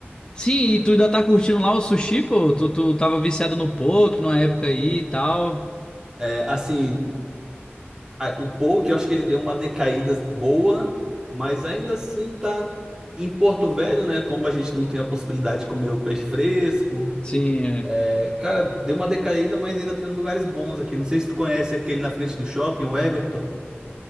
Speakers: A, on the left; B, on the right.
A: Sim, e tu ainda tá curtindo lá o sushi, pô? Tu, tu tava viciado no poke na época aí e tal.
B: É, assim, a- o Polk, eu acho que ele deu uma decaída boa, mas ainda assim tá em Porto Velho, né? Como a gente não tem a possibilidade de comer o peixe fresco.
A: Sim, é.
B: É, cara, deu uma decaída, mas ainda tem uns lugares bons aqui. Não sei se tu conhece aquele na frente do shopping, o Everton.